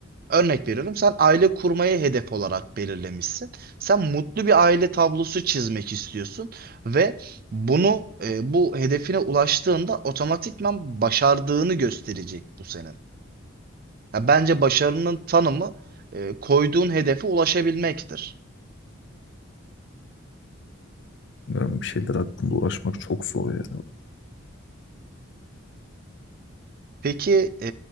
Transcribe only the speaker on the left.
Bilmiyorum bir şeyler hakkında uğraşmak çok zor ya.